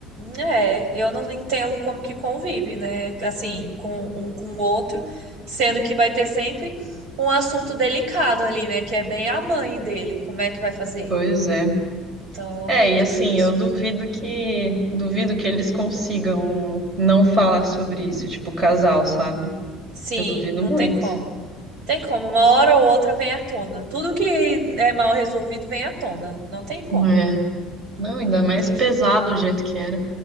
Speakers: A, on the right; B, on the right.
A: É, eu não entendo como que convive, né? Assim, com um com o outro, sendo que vai ter sempre um assunto delicado ali, né? Que é bem a mãe dele, como é que vai fazer?
B: Pois é.
A: Então
B: É,
A: é
B: e
A: difícil.
B: assim, eu duvido que, duvido que eles consigam não falar sobre isso, tipo, casal, sabe?
A: Sim,
B: Eu duvido
A: não
B: muito.
A: tem como. Não tem como. Uma hora ou outra vem à tona. Tudo que é mal resolvido vem à tona. Não tem como.
B: É. Não, ainda
A: Não
B: mais
A: tem
B: pesado
A: jeito.
B: o jeito que era.